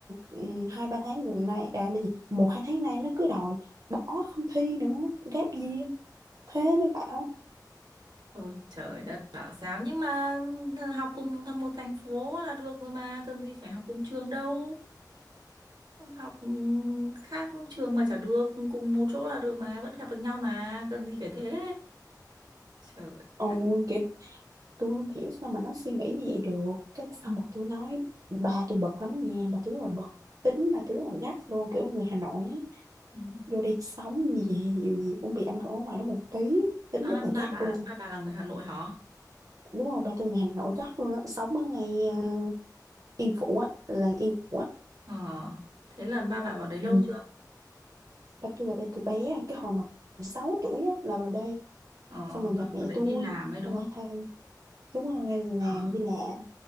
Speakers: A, on the right; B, on the right.
A: ừm, hai ba tháng gần nay à, là gì một hai tháng nay nó cứ đòi bỏ không thi nữa gap year thế mới bảo
B: Ôi trời đất bảo sao nhưng mà ờ, học cùng thăm một thành phố là được rồi mà cần gì phải học cùng trường đâu học ừ, khác trường mà chả được cùng một chỗ là được mà vẫn gặp được nhau mà cần gì phải thế trời
A: ôi
B: đất
A: chị tôi không hiểu sao mà nó suy nghĩ như vậy được cái
B: ừ.
A: xong rồi tôi nói bà tôi bực lắm nha bà tôi rất là bực tính bà tôi rất là gắt luôn kiểu người Hà Nội á
B: ừ.
A: vô đây sống gì gì gì cũng bị ảnh hưởng ở ngoài đó một tí tính
B: à,
A: rất là
B: ba
A: gắt
B: bà
A: luôn
B: ba bà là người Hà Nội hả
A: đúng rồi ba tôi người Hà Nội gắt luôn á sống ở ngày à, Yên Phụ á là Yên Phụ á
B: ờ thế là ba bà vào đấy lâu
A: ừ.
B: chưa
A: Là tôi vào đây từ bé à, cái hồi mà 6 tuổi á là vào đây
B: ờ
A: xong rồi
B: vào
A: gặp mẹ
B: đấy
A: tôi
B: đi làm ấy đúng
A: xong rồi
B: không
A: hai chúng tôi
B: ờ
A: làm đi làm